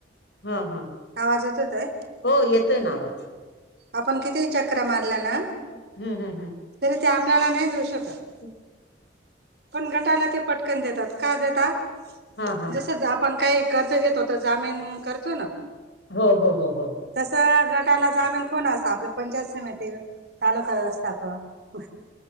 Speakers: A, on the left; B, on the right.
A: हा, हा
B: आवाज येतो ताई
A: हो येतोय ना आवाज
B: आपण किती चक्रा मारलं
A: हम्म
B: ना
A: हम्म
B: तरी ते आपल्याला नाही देऊ शकत
A: ह
B: पण गटाला ते पटकन का देतात का देतात
A: हा हा
B: जस आपण काही कर्ज घेतो तर जामीन करतो ना?
A: हो हो हो हो...
B: तस गटायला जामीन कोण अस आपलं पंचायत समिती तालुका व्यवस्थापक